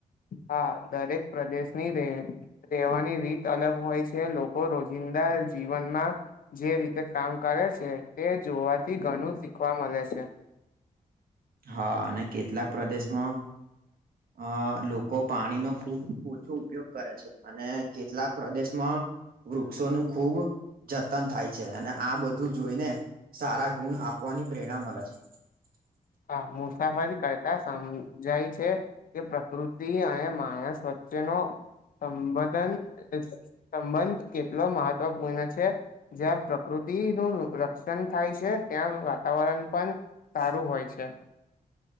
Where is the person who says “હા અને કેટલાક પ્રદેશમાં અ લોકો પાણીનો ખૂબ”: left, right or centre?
Right